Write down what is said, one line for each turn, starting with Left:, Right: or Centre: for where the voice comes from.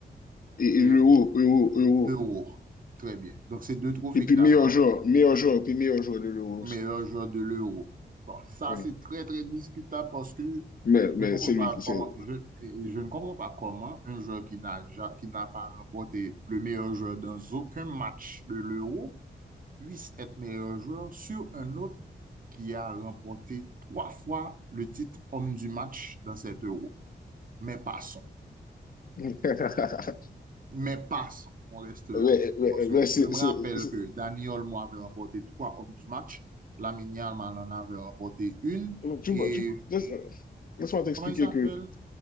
Left: Et,
Right: un
Left: et l'euro, euro, euro.
Right: Euro. Très bien. Donc, c'est deux trophées
Left: Et puis
Right: qu'il
Left: meilleur
Right: avait remporté.
Left: joueur, meilleur joueur, puis meilleur joueur de l'euro aussi.
Right: Meilleur joueur de l'Euro. Bon, ça,
Left: Oui.
Right: c'est très, très discutable parce que je
Left: Mais, mais
Right: ne comprends
Left: c'est
Right: pas
Left: lui qui c'est
Right: comment, je, et je ne comprends pas comment un joueur qui n'a ja- qui n'a pas remporté le meilleur joueur dans aucun match de l'Euro puisse être meilleur joueur sur un autre qui a remporté trois fois le titre homme du match dans cet euro. Mais passons.
Left: <laughs>
Right: Mais passons. On reste là.
Left: Ouais, ouais,
Right: Parce que
Left: ouais, c'est,
Right: je me
Left: c'est,
Right: rappelle
Left: c'est-
Right: que Dani Olmo avait remporté trois hommes du match. Lamine Yamal en avait remporté une.
Left: Tu,
Right: Et
Left: tu- laisse- laisse-moi t'expliquer
Right: comment il s'appelle?
Left: que.